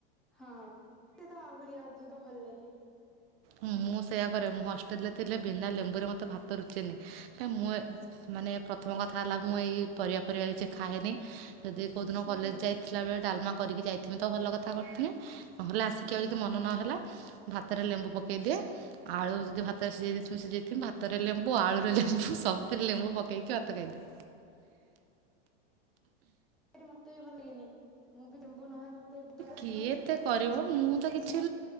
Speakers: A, in the centre; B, on the right.
A: ହଁ ସେ ତ ଆହୁରି ଅଧିକ ଭଲ ଲାଗେ।
B: ମୁଁ ସେଇୟା କରେ ମୁଁ ହଷ୍ଟେଲ ରେ ଥିଲେ ବିନା ଲେମ୍ବୁରେ ମତେ ଭାତ ରୁଚେନି। ଏ ମୁଁ ମାନେ ପ୍ରଥମ କଥା ହେଲା ମୁଁ ଏଇ ପରିବା ପରିବା କିଛି ଖାଏନି। ଯଦି କୋଉଦିନ କଲେଜ
A: ହୁଁ
B: ଯାଇଥିଲା ବେଳେ ଡାଲମା କରିକି ଯାଇଥିମି ତ ଭଲ କଥା କରିଥିନେ ନହେଲେ ଆସିକି
A: ଆଚ୍ଛା
B: ଆଉ ଯଦି ମନ ନହେଲା ଭାତରେ ଲେମ୍ବୁ ପକେଇଦିଏ ଆଳୁ ଯଦି ଭାତରେ ସିଝାଇ ଦେଇଥିବ ସିଝାଇ ଥିବୁ ଭାତରେ ଲେମ୍ବୁ, ଆଳୁ ରେ ମୁଁ ସବୁଥିରେ ଲେମ୍ବୁ ପକେଇକି ଭାତ ଖାଇ ଦିଏ।
A: ମତେ ବି ଭଲ ହେଇନି ମୁଁ ବି ଲେମ୍ବୁ ନହେ ମତେ ଭାତ ତ
B: କିଏ
A: ଯିବନି
B: ଏତେ
A: ଟିକେ
B: କରିବ ମୁଁ ତ କିଛି